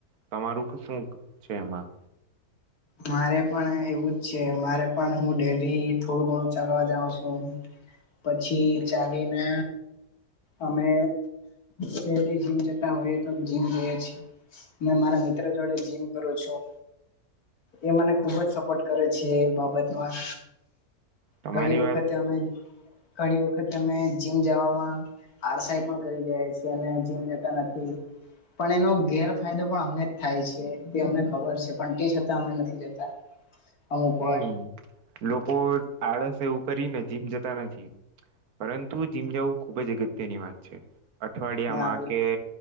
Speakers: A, on the right (about 75°); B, on the left (about 80°).
A: તમારું શું છે, એમાં
B: મારે પણ એવું જ છે, મારે પણ હું ડેલી થોડું ઘણું ચાલવા જાઉં છું. પછી ચાલીને અમે ડેલી જીમ જતા હોઈ તો જીમ જએ છે. મે મારા મિત્ર જોડે જીમ કરું છું એ મને ખુબ જ સપોર્ટ કરે છે, એ બાબતમાં
A: તમારી
B: ઘણી વખતે
A: વાત
B: અમે ઘણી વખત તમે જીમ જાવામાં આળસાઈ પણ કરી જાયે છે, અને જીમ જતા નથી. પણ એનો ગેરફાયદો પણ અમને થાય છે, તે અમને ખબર છે, પણ તે છ તા અમે નથી જતા અમુક
A: હું
B: વાર
A: લોકો આળસ એવું કરીને જીમ જતા નથી પરંતુ જીમ જવું ખુબ જ અગત્યની વાત છે. અઠવાડિયામાં
B: હા બિલકુલ
A: કે